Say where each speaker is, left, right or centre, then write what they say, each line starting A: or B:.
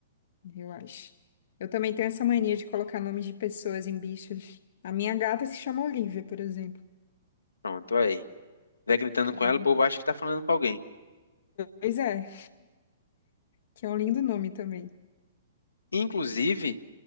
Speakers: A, on the left; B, on the left.
A: eu acho. Eu também tenho essa mania de colocar nomes de pessoas em bichos. A minha gata se chama Olivia, por exemplo.
B: Pronto, aí. Vai gritando
A: Que
B: com
A: é um...
B: ela, o povo acha que tá falando com alguém.
A: Pois é, que é um lindo nome também.
B: Inclusive,